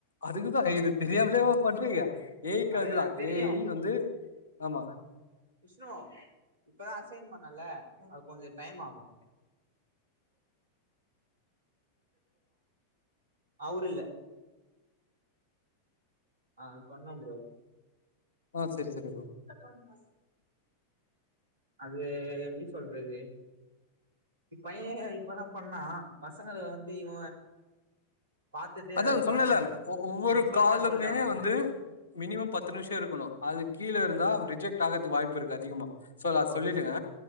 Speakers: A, on the left; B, on the right.
A: அதுக்குத்தா இது தெரியாமலேவா பண்றீங்க ஏ ஐ க்காகதா
B: அதுதா தெரியு
A: ஏ ஐ வந்து ஆமா
B: விஷ்ணு இப்பதா அசைன் பண்ணல்ல அது கொஞ்ச டைம் ஆகு அவர் இல்ல ஆ சொன்ன ப்ரோ
A: ஆ சேரி சேரி
B: <inaudible> போன மாச அது எப்டி சொல்றது இ பையனே இப்பதா பண்ணா பசங்கள வந்து இவ பாத்துட்டு
A: அதா
B: அதுக்கப்புறமா
A: சொன்னல்ல
B: கேக்குறா
A: ஒ ஒவ்வொரு
B: ம் சொல்ட்டே
A: காலுமே
B: சொல்ட்டே அவங்கிட்ட
A: வந்து மினிமம் பத்து நிமிஷ இருக்கணு அதுக் கீழ இருந்தா ரிஜெக்ட் ஆகுறதுக்கு வாய்ப்பு இருக்கு அதிகமா சோ அத
B: ஓகே
A: சொல்லிடுங்க